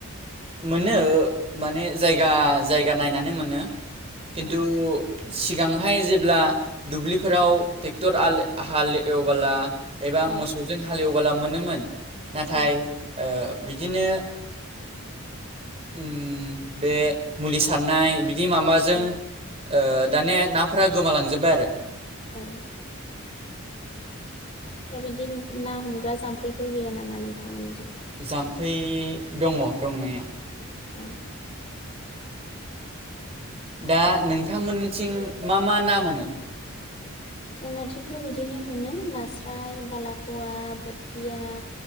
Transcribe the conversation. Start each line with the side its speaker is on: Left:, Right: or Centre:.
Right: मोनो माने जायगा जायगा नायनानै मोनो। खिन्थु'
Left: औ
Right: सिगांहाय जेब्ला दुब्लिफोराव ट्रेक्टर हाल हाल एवबोला एबा
Left: औ
Right: मोसौजों हालेवबोला मोनोमोन नाथाय
Left: औ
Right: ओ बिदिनो ओम बे मुलि सारनाय बि माबाजों
Left: औ
Right: ओ दाने नाफोरा गोमालांजोबबाय आरो
Left: ओं दा बिदि ना हमग्रा जाम्फैफोर गैया नामा नोंथांमोननिजों
Right: जाम्फै दङ दंनाया
Left: औ
Right: दा नोंथांमोननिथिं मा मा ना मोनो?
Left: जोंनाथिंथ' बिदिनो मोनो नास्राय बालाख'वा बोथिया